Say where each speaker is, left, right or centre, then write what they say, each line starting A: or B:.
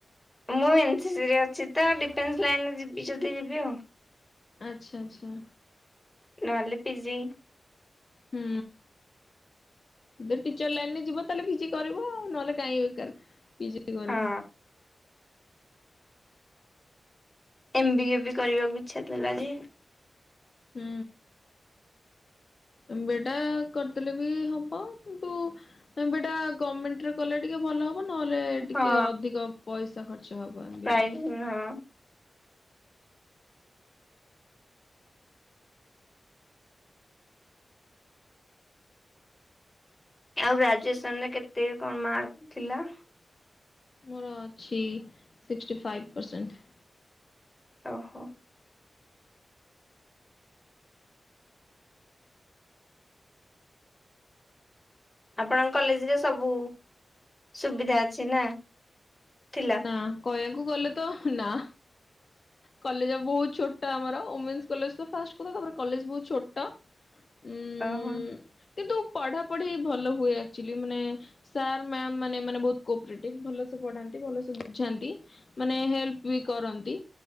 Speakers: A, on the left; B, on the left.
A: ମୁଁ ଏନ୍ ସି ସି ରେ ଅଛି ତ ଡିଫେନ୍ସ ଲାଇନ ରେ ଯିବି ଯଦି ଯିବି ଆଉ।
B: ଆଚ୍ଛା ଆଚ୍ଛା।
A: ନହେଲେ ପିଜି
B: ହୁଁ। ଯଦି ଟିଚର ଲାଇନରେ ଯିବ ତାହେଲେ ପିଜି କରିବ ଆଉ ନହେଲେ କାହିଁ ବେକାର ପିଜି କରିବ।
A: ହଁ ଏମ୍ ବି ଏ ବି କରିବାକୁ ଇଚ୍ଛା ଥିଲା ଯେ
B: ହୁଁ। ଏମ୍ ବି ଏ ଟା କରିଦେଲେ ବି ହବ କିନ୍ତୁ ଏମ୍ ବି ଏ ଟା ଗର୍ମେଣ୍ଟରେ କଲେ ଟିକେ ଭଲ ହବ। ହବ ନହେଲେ ଟିକେ
A: ହଁ
B: ଅଧିକ ପଇସା ଖର୍ଚ୍ଚ ହବ ଏମ୍
A: ପ୍ରାଇଜ
B: ବି ଏ ରେ।
A: ହଁ। ଆଉ ଗ୍ରାଜୁଏସନ୍ ରେ କେତେ କଣ ମାର୍କ ଥିଲା?
B: ମୋର ଅଛି ସିକ୍ସଟି ଫାଇଭ ପରସେଣ୍ଟ।
A: ଓହୋ। ଆପଣଙ୍କ କଲେଜ ରେ ସବୁ ସୁବିଧା ଅଛି ନା? ଥିଲା
B: ନା କହିଆକୁ ଗଲେ ତ ନା କଲେଜ ବହୁତ ଛୋ ଛୋଟ ଆମର ଓମେନ୍ସ କଲେଜ୍ ତ ଫାଷ୍ଟ କଥା ତାପରେ କଲେଜ୍ ବହୁତ ଛୋଟ। ଉଁ
A: ଓହୋ।
B: କିନ୍ତୁ ପଢାପଢି ଭଲ ହୁଏ ଆକ୍ଚୁଆଲି ମାନେ ସାର୍ ମ୍ୟାମ୍ ମାନେ ମାନେ ଏମାନେ ବହୁତ୍ କୋପ୍ରେଟିଭ ଭଲ ସେ ପଢାନ୍ତି। ପଢ଼ନ୍ତି ଭଲସେ ବୁଝାନ୍ତି ମାନେ ହେଲ୍ପ ବି କରନ୍ତି।